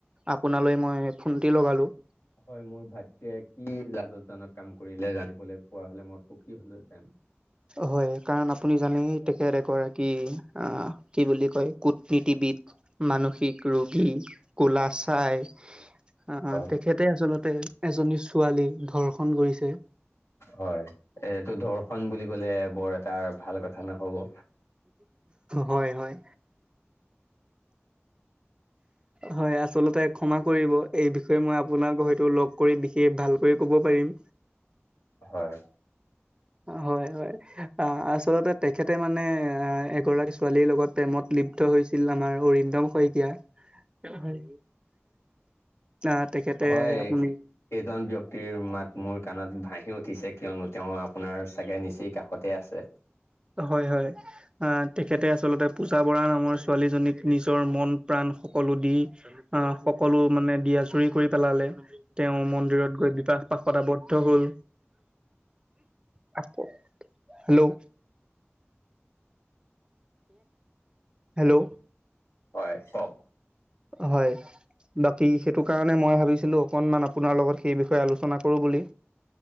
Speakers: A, on the right; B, on the left.
A: আপোনালৈ মই ফোনটি লগালো।
B: হয় মোৰ ভাতৃয়ে কি লাজতজনক কাম কৰিলে জানিবলৈ পোৱা হলে মোৰ সুখী হলোঁহেঁতেন।
A: হয় কাৰণ আপুনি জানেই তেখেত এগৰাকী অহ কি বুলি কয় কুটনীতি বিধ মানসিক ৰোগী কোলা চাই আহ,
B: হয়
A: তেখেতে আচলতে এজনী ছোৱালী ধৰ্ষন কৰিছে।
B: হয়, এইটো ধৰ্ষন বুলি কলে বৰ এটা ভাল কথা ন'হব
A: হয় হয়। হয় আচলতে ক্ষমা কৰিব, এই বিষয়ে মই আপোনাক হয়তো লগ কৰি বিশেষ ভালকৈ কব পাৰিম।
B: হয়।
A: হয় হয়, অ আচলতে তেখেতে মানে এ এগৰাকী ছোৱালীৰ লগত প্ৰেমত লিপ্ত হৈছিল আমাৰ অৰিন্দম শইকীয়া। হয়। আহ তেখেতে
B: হয়
A: আপুনি
B: সেইজন ব্যক্তিৰ মাত মোৰ কানত ভাহি উঠিছে কিয়নো তেওঁ আপোনাৰ চাগে নিচেই কাষতে আছে।
A: হয় হয়, আ তেখেতে আচলতে পূজা বৰা নামৰ ছোৱালীজনীক নিজৰ মন প্ৰাণ সকলো দি, আহ সকলো মানে দি আ চুৰি কৰি পেলালে তেওঁ মন্দিৰত গৈ বি বিবাহপাশত আৱদ্ধ হল। হেল্ল'! হেল্ল'
B: হয় কক?
A: হয়। বাকী সেইটো কাৰণে মই ভাবিছিলো অকনমান আপোনাৰ লগত সেই বিষয়ে আলোচনা কৰো বুলি।